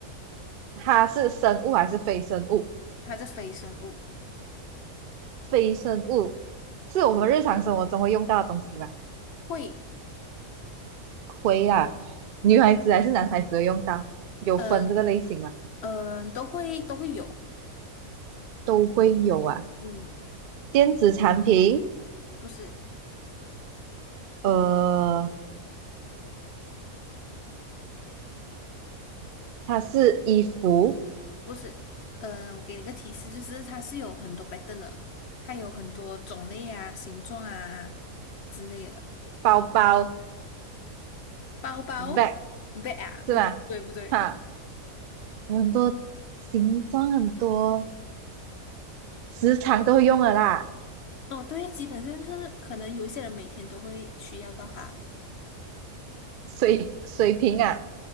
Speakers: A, on the right; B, on the left.
A: 它是生物还是非生物？
B: 它是非生物，
A: 非生物是我们日常生活中会用到的东西吗？
B: 会，
A: 会啊，女孩子还是男孩子会用到，有分这个类型吗？
B: 嗯嗯，都会都会有，
A: 都会有啊。
B: 嗯，
A: 电子产品，
B: 不是
A: 呃，它是衣服、
B: 不是，嗯，我给你个提示，就是它是有很多白灯的，它有很多种类啊、形状啊之类的。
A: 包包、
B: 包包，
A: bag
B: 不对啊，
A: 是吧？
B: 不对不对不对，
A: 哈，很多形状很多。时常都会用的啦，
B: 哦，对，基本上就是可能有一些人每天都会需要到它，
A: 水水瓶啊，